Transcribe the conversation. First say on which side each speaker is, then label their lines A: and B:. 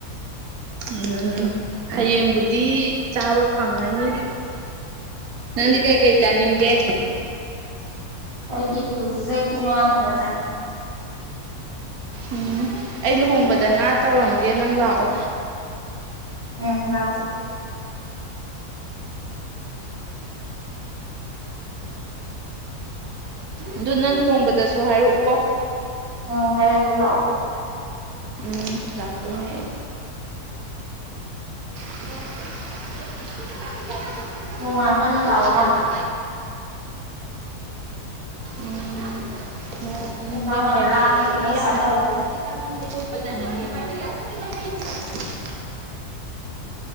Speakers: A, on the right (about 70°); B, on the right (about 20°).
A: ꯎꯝ ꯍꯌꯦꯡꯕꯨꯗꯤ ꯆꯥꯕ ꯐꯪꯉꯅꯤ ꯅꯜꯂꯤ ꯀꯥꯏ ꯀꯩꯇ
B: ꯎꯝ
A: ꯅꯤꯡꯪꯒ
B: ꯑꯩꯗꯤ ꯍꯧꯖꯤꯛ ꯉꯥ ꯊꯣꯡꯕ ꯆꯥꯅꯤꯡ
A: ꯎꯝ ꯑꯩ ꯂꯨꯍꯣꯡꯕꯗ ꯉꯥ ꯇꯧꯔꯝꯒꯦ ꯅꯪ ꯂꯥꯛꯑꯣ
B: ꯑꯦ <unintelligible>
A: ꯑꯗꯨ ꯅꯪ ꯍꯣꯡꯕꯗꯁꯨ ꯍꯥꯏꯔꯛꯎ ꯀꯣ
B: ꯎꯝ ꯍꯦꯛ ꯂꯑꯣ
A: ꯎꯝ ꯂꯥꯛꯇꯣꯅꯦ ꯑꯩ <unintelligible>
B: ꯅꯣꯡꯌꯥꯝ ꯀꯟꯅ ꯇꯥꯕ
A: ꯑꯩ
B: ꯃꯥꯜꯂꯦ
A: ꯎꯝ ꯎ
B: ꯎꯝ
A: ꯅꯠꯇꯦ
B: ꯅꯪ ꯌꯥꯝ
A: ꯒꯥꯔꯤꯔꯤ
B: ꯂꯥꯡꯉꯦ ꯈꯤꯇꯪ
A: ꯌꯥꯝ
B: ꯁꯥꯏꯠ ꯇꯧꯋꯣ
A: <unintelligible>